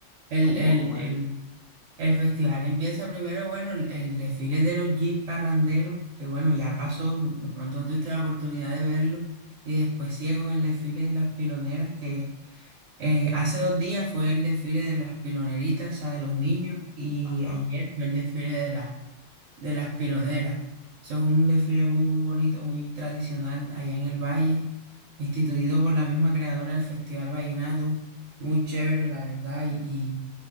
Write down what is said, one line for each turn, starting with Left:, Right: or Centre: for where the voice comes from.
Right: El,
Left: cómo,
Right: el,
Left: cómo
Right: el,
Left: es eso?
Right: el festival empieza primero, bueno, el, el desfile de los Jeep parranderos, que bueno, ya pasó, de pronto no tuviste la oportunidad de verlo. Y después sigue con el desfile de las piloneras que Eh, hace dos días fue el desfile de las piloneritas, o sea, de los niños, y
Left: Ajá,
Right: ayer fue el desfile de las, de las piloneras. Eso es un desfile muy, muy bonito, muy tradicional allá en el Valle, instituido por la misma creadora del Festival Vallenato. Muy chévere, la verdad, y,